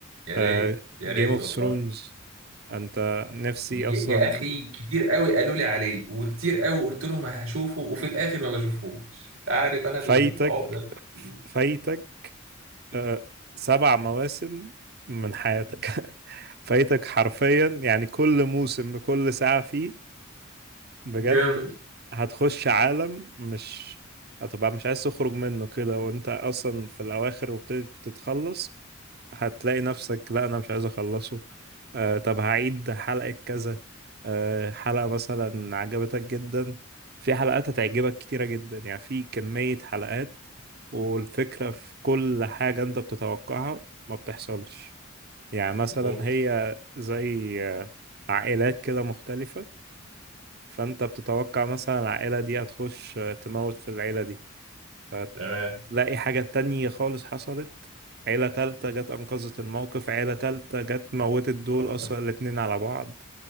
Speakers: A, on the right; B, on the right.
A: يا
B: أه
A: ريت يا
B: جيم
A: ريت
B: اوف
A: والله
B: ثرونز انت نفسي
A: يا
B: اصلا
A: يا اخي كتير قوي قالوا لي عليه وكتير قوي قلت لهم هشوفه وفي الاخر ما بشوفهوش عارف انا
B: فايتك
A: العقده دي.
B: فايتك أه سبع مواسم من حياتك <laughs> فايتك حرفيا يعني كل موسم بكل ساعه فيه بجد
A: جامد
B: هتخش عالم مش هتبقى مش عايز تخرج منه كده وانت اصلا في الاواخر وابتدي تتخلص هتلاقي نفسك لا انا مش عايز اخلصه آه طب هعيد حلقة كذا آه حلقة مثلا عجبتك جدا في حلقات هتعجبك كتيرة جدا يعني في كمية حلقات والفكرة في كل حاجة انت بتتوقعها ما بتحصلش يعني مثلا
A: أوبس.
B: هي زي آه، عائلات كده مختلفة فانت بتتوقع مثلا العائلة دي هتخش تموت في العيلة دي فتلاقي
A: تمام
B: حاجة تانية خالص حصلت عيلة تالتة جت أنقذت الموقف عيلة تالتة جت موتت دول
A: <laughs>
B: أصلا الاتنين على بعض